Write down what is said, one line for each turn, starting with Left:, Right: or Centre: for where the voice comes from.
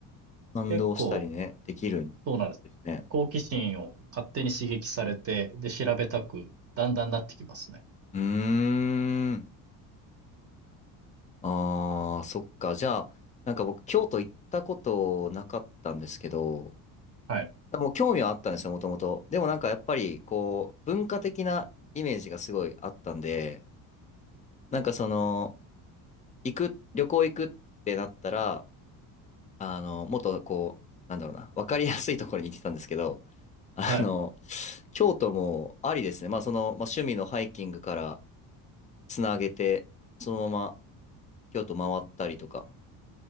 Left: 感動したりね、
Right: 結構、
Left: できるん
Right: そうなんです。
Left: ですね。
Right: 好奇心を勝手に刺激されて、で、調べたく、だんだんなってきますね。
Left: うーん。ああ、そっか。じゃあ、なんか僕、京都行ったことなかったんですけど、
Right: はい。
Left: もう興味はあったんですよ、もともと。でもなんかやっぱり、こう、文化的なイメージがすごいあったんで、なんかその、行く、旅行行くってなったら、あの、もっとこう、なんだろうな、わかりやすいところに行ってたんですけど、<laughs> あの、
Right: はい。
Left: 京都もありですね。まあその、まあ、趣味のハイキングからつなげて、そのまま京都回ったりとか。